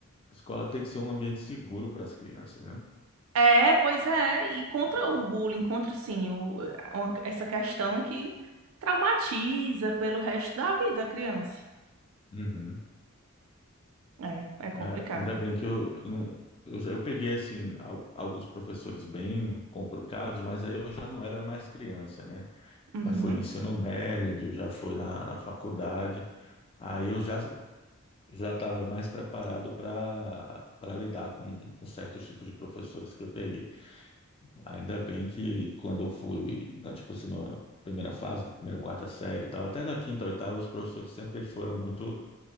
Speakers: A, on the left (about 25°); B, on the right (about 80°).
A: escola tem que ser um ambiente seguro para as crianças, né?
B: É, pois é, e contra o bullying, contra sim, o- uma- essa questão que traumatiza pelo resto da vida a criança.
A: Uhum.
B: É, é complicado.
A: É, ainda bem que eu não. Eu, já- eu peguei, assim, al- alguns professores bem complicados, mas aí eu já não era mais criança, né?
B: Uhum.
A: Já foi no ensino médio, já foi na, na faculdade. Aí eu já já estava mais preparado para para lidar com, com certos tipos de professores que eu peguei. Ainda bem que quando eu fui, né, tipo assim, na primeira fase, primeira, quarta série e tal, até na quinta, oitava, os professores sempre foram muito